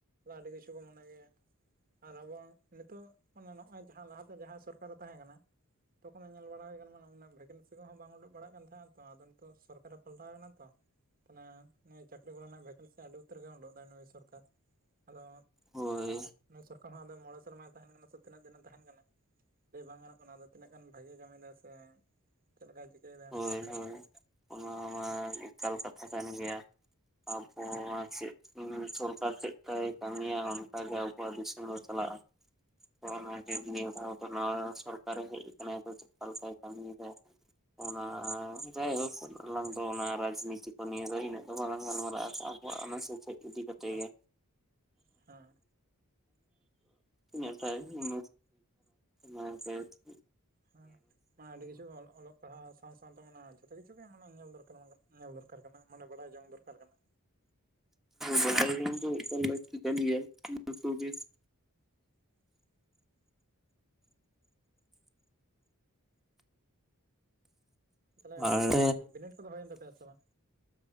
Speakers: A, on the right; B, in the centre.
A: ᱟᱹᱰᱤ ᱢᱚᱱᱮ ᱜᱮᱭᱟ ᱟᱨ ᱟᱵᱚᱣᱟᱜ ᱱᱤᱛᱚᱜ ᱱᱚᱜᱼᱚᱭ ᱡᱟᱦᱟᱸ ᱞᱟᱦᱟ ᱛᱮ ᱡᱟᱦᱟᱸᱭ ᱥᱚᱨᱠᱟᱨ ᱨᱮ ᱛᱟᱦᱮᱸ ᱠᱟᱱᱟ ᱛᱚᱠᱷᱚᱱᱮ ᱧᱮᱞ ᱵᱟᱲᱟ ᱦᱩᱭ ᱠᱟᱱᱟ ᱵᱟᱝᱟ ᱢᱟᱱᱮ ᱩᱱᱟᱹᱜ ᱵᱷᱮᱠᱮᱱᱥᱤ ᱠᱚᱦᱚᱸ ᱵᱟᱝ ᱩᱰᱩᱜ ᱵᱟᱲᱟᱜ ᱠᱟᱱ ᱛᱟᱦᱮᱸᱱᱟ ᱛᱚ ᱟᱫᱚ ᱱᱤᱛᱚᱜ ᱥᱚᱨᱠᱟᱨ ᱨᱮ ᱯᱟᱞᱴᱟᱣ ᱟᱠᱟᱱᱟ ᱛᱚ ᱛᱟᱦᱞᱮ ᱱᱤᱭᱟᱹ ᱪᱟᱹᱠᱨᱤ ᱠᱚᱨᱮᱱᱟᱜ ᱵᱷᱮᱠᱮᱱᱥᱤ ᱟᱹᱰᱤ ᱩᱛᱟᱹᱨ ᱜᱮ ᱩᱰᱩ ᱫᱟᱭ ᱱᱩᱭ ᱥᱚᱨᱠᱟᱨ ᱟᱫᱚ
B: ᱦᱳᱭ
A: ᱱᱩᱭ ᱥᱚᱨᱠᱟᱨ ᱦᱚᱸ ᱢᱚᱬᱮᱸ ᱥᱮᱨᱢᱟᱭ ᱛᱟᱦᱮᱸᱱ ᱠᱟᱱᱟ ᱛᱤᱱᱟᱹᱜ ᱫᱤᱱᱮ ᱛᱟᱦᱮᱸᱱ ᱠᱟᱱᱟ ᱞᱟᱹᱭ ᱵᱟᱝ ᱜᱟᱱᱚᱜ ᱠᱟᱱ ᱚᱱᱟ ᱫᱚ ᱛᱤᱱᱟᱹᱜ ᱜᱟᱱ ᱵᱷᱟᱜᱤᱭ ᱠᱟᱹᱢᱤᱭ ᱫᱟ ᱥᱮ ᱪᱮᱫ ᱞᱮᱠᱟᱭ ᱪᱤᱠᱟᱹᱭ ᱮᱫᱟ
B: ᱦᱳᱭ ᱦᱳᱭ ᱚᱱᱟ ᱢᱟᱸ ᱮᱠᱟᱞ ᱠᱟᱛᱷᱟ ᱠᱟᱱ ᱜᱮᱭᱟ ᱟᱵᱚ
A: ᱦᱮᱸ
B: ᱚᱱᱟ ᱪᱮᱫ ᱥᱚᱨᱠᱟᱨ ᱴᱷᱮᱫ ᱠᱟᱭ ᱠᱟᱹᱢᱤᱭᱟ ᱚᱱᱠᱟ ᱜᱮ ᱟᱵᱚᱣᱟᱜ ᱫᱤᱥᱚᱢ ᱫᱚ ᱪᱟᱞᱟᱜᱼᱟ᱾ ᱚᱱᱟ ᱜᱮ ᱱᱤᱭᱟᱹᱫᱷᱟᱣ ᱫᱚ ᱱᱟᱣᱟ ᱥᱚᱨᱠᱟᱨᱮ ᱦᱮᱡ ᱠᱟᱱᱟᱭᱮ ᱛᱚ ᱪᱮᱫ ᱢᱟᱢᱤᱭ ᱫᱟᱭ ᱚᱱᱟ ᱡᱟᱭ ᱦᱳᱠ ᱟᱞᱟᱝ ᱫᱚ ᱚᱱᱟ ᱨᱟᱡᱽ ᱱᱤᱛᱤ ᱠᱚ ᱱᱤᱭᱟᱹ ᱫᱚ ᱤᱱᱟᱹᱜ ᱫᱚ ᱵᱟᱞᱟᱝ ᱜᱟᱞᱢᱟᱨᱟᱣᱼᱟ᱾ ᱚᱱᱟ ᱥᱩᱨ ᱠᱷᱮ ᱤᱫᱤ ᱠᱟᱛᱮ
A: ᱵᱟᱝ
B: ᱜᱮ
A: ᱦᱮᱸ
B: ᱦᱮᱸ ᱱᱟ <unintelligible>
A: ᱦᱮᱸ ᱢᱟᱱᱮ ᱟᱹᱰᱤ ᱠᱤᱪᱷᱩ ᱜᱮ ᱚᱞᱚᱜ ᱯᱟᱲᱦᱟᱜ ᱥᱟᱶ ᱥᱟᱶ ᱛᱮ ᱢᱟᱱᱮ ᱡᱚᱛᱚ ᱠᱤᱪᱷᱩ ᱜᱮ ᱢᱟᱱᱮ ᱧᱮᱞ ᱫᱚᱨᱠᱟᱨ ᱧᱮᱞ ᱫᱚᱨᱠᱟᱨ ᱚᱠᱟ ᱞᱮᱠᱟ ᱱᱟᱜ ᱢᱟᱱᱮ ᱵᱟᱲᱟᱭ ᱡᱚᱝ ᱫᱚᱨᱠᱟᱨ ᱠᱟᱱᱟ
B: ᱵᱟᱰᱟᱭ ᱡᱚᱝ ᱫᱚ ᱮᱠᱟᱞ ᱞᱟᱹᱠᱛᱤ ᱠᱟᱱ ᱜᱮᱭᱟ <unintelligible>
A: <inaudible> ᱛᱟᱦᱚᱞᱮ
B: ᱟᱨ
A: ᱵᱤᱱᱤᱰ ᱠᱚᱫᱚ ᱦᱩᱭᱮᱱ ᱛᱟᱯᱮᱭᱟ ᱥᱮ ᱵᱟᱝ?